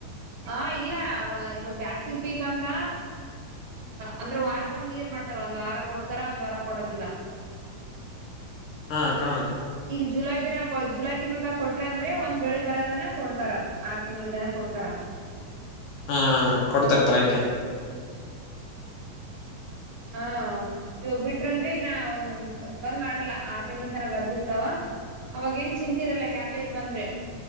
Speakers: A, on the right (about 55°); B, on the left (about 75°).
A: ಹಾ ಇಲ್ಲ ಇವ ಬಾಸ್ತಿ ಪೀಕ್ ಅಂತ ಅಂದ್ರೆ ವಾರ ಬಂದ್ ನೀರ್ ಮಾಡ್ತಾರ ಒಂದ್ ವಾರ ಕೊಡ್ತಾರ ಒಂದ್ ವಾರ ಕೊಡ್ತ ಅದಲ್ಲಾ
B: <inaudible> ಹಾ ಅಕ್ಕ ಹಾ ಅಕ್ಕ
A: ಈಗ ಜುಲೈ ದಿನಕ ಜುಲೈ ತಿಂಗಳದಾಗ ಕೊಟ್ರಂದ್ರೆ ಒಂದ್ ಬೆಳಿ ಬರ ತನ ಕೊಡ್ತಾರ ಆರ್ ತಿಂಗಳ ತನ ಕೊಡ್ತಾರ
B: ಹಾ ಹಾ ಕೊಡ್ತರ್ತಾರ ಹಂಗೆ
A: ಹ ಇವಾಗ ಬಿಟ್ರಂದ್ರೆ ಇನ್ನ ಒಂದ ಬಂದ್ ಮಾಡಲ್ಲ ಆರ್ ತಿಂಗ್ಳ ತನ ಬರ್ತಿರ್ತಾವ ಅವಾಗೇಏನ್ ಚಿಂತಿ ಇರಲ್ಲ ಕೆಯಾರರ್ ಬಂದ್ರೆ